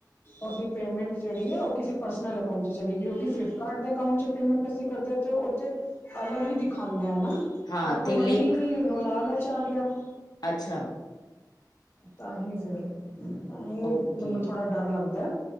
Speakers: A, on the left; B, on the left.
A: ਉਹਦੀ ਪੇਮੈਂਟ ਜਿਹੜੀ ਹੈ ਉਹ ਕਿਸੇ ਪਰਸਨਲ ਅਕਾਊਂਟ 'ਚ ਚਲੀ ਗਈ ਕਿ ਕਿ ਫਲਿੱਪਕਾਰਟ ਦੇ ਅਕਾਊਂਟ 'ਚ ਪੇਮੈਂਟ ਅਸੀਂ ਕਰਦੇਾਂ ਅਤੇ ਉਹੱਥੇ ਅਲੱਗ ਹੀ ਦਿਖਾਉਂਦਾ ਹੈ ਨਾ
B: ਹਾਂ
A: ਬਟ ਉਹ
B: ਤੇ
A: ਮੰਨੀ
B: ਲੇਖ
A: ਨਹੀਂ ਉਹਨੂੰ ਲਾਲਚ ਆ ਗਿਆ।
B: ਅੱਛਾ।
A: ਤਾਂਹੀ ਫਿਰ ਤਾਂਹੀ
B: ਓਕੇ
A: ਮੈਨੂੰ ਥੋੜ੍ਹਾ ਡਰ ਲੱਗਦਾ